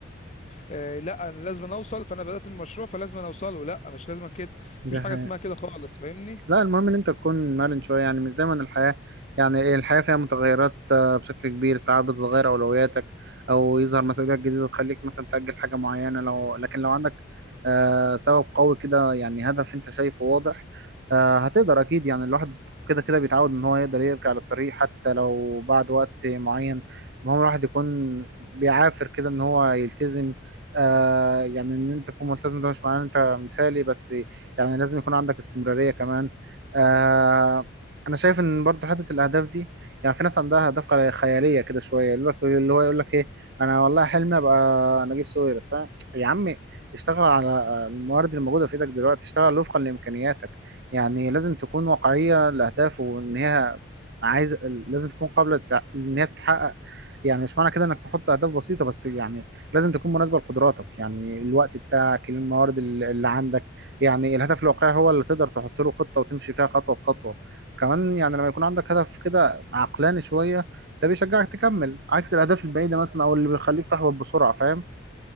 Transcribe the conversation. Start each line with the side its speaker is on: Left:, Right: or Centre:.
Left: آه لا انا لازم اوصل فانا بدات المشروع فلازم اوصله لا مش لازم كده
Right: ده
Left: مفيش
Right: حقيقة.
Left: حاجه اسمها كده خالص فاهمني
Right: لا المهم ان انت تكون مرن شويه يعني مش دايما الحياه يعني إيه، الحياه فيها متغيرات آه، بشكل كبير ساعات بتتغير اولوياتك او يظهر مسؤوليات جديده تخليك مثلا تاجل حاجه معينه لو لكن لو عندك آه، سبب قوي كده يعني هدف انت شايفه واضح آه، هتقدر اكيد يعني الواحد كده كده بيتعود ان هو يقدر يرجع للطريق حتى لو بعد وقت معين المهم الواحد يكون بيعافر كده ان هو يلتزم آه يعني ان انت تكون ملتزم ده مش معناه ان انت مثالي بس يعني لازم يكون عندك استمرارية كمان آه انا شايف ان برضو حته الاهداف دي يعني في ناس عندها اهداف خي- خياليه كده شويه يقول لك اللي هو يقول لك ايه انا والله حلمي ابقى نجيب ساويرس فاهم يا عمي اشتغل على الموارد الموجوده في ايدك دلوقتي اشتغل وفقا لامكانياتك يعني لازم تكون واقعيه الاهداف وان هي عايز لازم تكون قابله للتع- ان هي تتحقق يعني مش معنى كده انك تحط اهداف بسيطه بس يعني لازم تكون مناسبه لقدراتك يعني الوقت بتاعك الموارد اللي اللي عندك يعني الهدف الواقعي هو اللي تقدر تحط له خطة وتمشي فيها خطوة بخطوة كمان يعني لما يكون عندك هدف كده عقلاني شوية ده بيشجعك تكمل عكس الأهداف البعيدة مثلا أو اللي بيخليك تحبط بسرعة فاهم؟